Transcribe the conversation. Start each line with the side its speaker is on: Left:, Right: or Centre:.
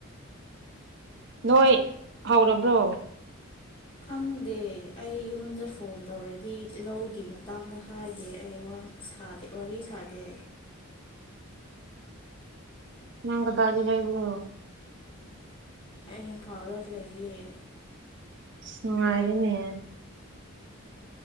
Right: ꯅꯣꯏ ꯍꯧꯔꯕ꯭ꯔꯣ
Left: ꯈꯪꯗꯦ ꯑꯩ ꯌꯨꯝꯗ ꯐꯣꯟ ꯇꯧꯔꯗꯤ ꯂꯧꯒꯤ ꯃꯇꯥꯡꯗ ꯍꯥꯏꯗꯦ ꯑꯩ ꯋꯥ ꯁꯥꯗꯦ ꯋꯥꯔꯤ ꯁꯥꯗꯦ
Right: <inaudible> ꯅꯪꯒ ꯇꯗꯤ ꯂꯩꯕꯤꯣ
Left: ꯑꯩ ꯐꯥꯎꯔ ꯂꯩꯒ
Right: ꯁꯉꯔꯅꯦ